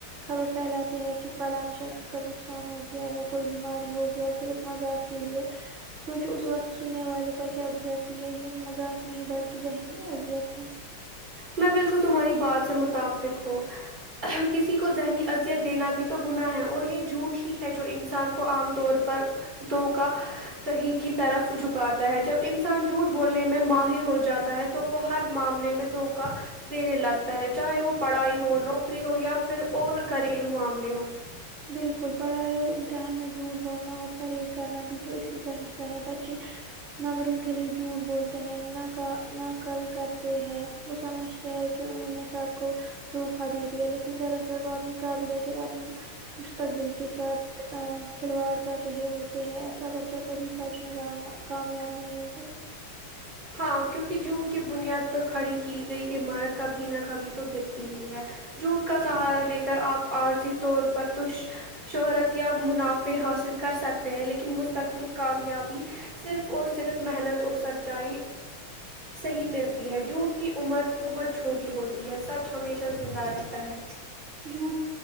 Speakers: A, on the right (about 45°); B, on the right (about 25°).
A: خبر پھیلاتے ہیں کہ فلاں شخص کا نقصان ہو گیا یا کوئی بیماری ہو گیا صرف مذاق کے لیے سوچو اس وقت ان پر کیا گزرتی ہے یہ مذاق نہیں بلکہ ذہنی اذیت ہے
B: میں بالکل تمہاری بات سے متفق ہوں کسی کو ذہنی اذیت دینا بھی تو گناہ ہے اور یہ جھوٹ ہی ہے جو انسان کو عام طور پر دھو کا دہی کی طرف جھکاتا ہے جب انسان جھوٹ بولنے میں ماہر ہو جاتا ہے تو وہ ہر معاملے میں دھوکا دینے لگتا ہے چاہے وہ پڑھائی ہو نوکری ہو یا پھر اور گھریلو معاملے ہوں
A: بالکل پڑھائی اور امتحان میں جھوٹ بولنا اور فریب کرنا بھی تو اسی کا حصہ ہے بچے نمبروں کے لیے جھوٹ بولتے ہیں نہ کا نہ کل کرتے ہیں وہ سمجھتے ہیں کہ انہوں نے سب کو دھوکھا دے دیا لیکن دراصل وہ اپنی قابلیت اور آپ نے مستقبل کے ساتھ کھلواڑ کر رہے ہوتے ہیں ایسا بچہ کبھی سچ میں آیا کامیاب نہیں ہو سکتا
B: ہاں کیونکہ جھوٹ کی بنیاد پر کھڑی کی گئی عمارت کبھی نہ کبھی تو گرتی ہی ہے جھوٹ کا سہارا لے کر آپ عارضی طور پر تش شہرت یا منافع حاصل کر سکتے ہیں لیکن مستقبل کامیابی صرف اور صرف محنت اور سچائی صحیح ملتی ہے جھوٹ کی عمر بہت چھوٹی ہوتی ہے سچ ہمیشہ زندہ رہ تا ہے
A: جھوٹ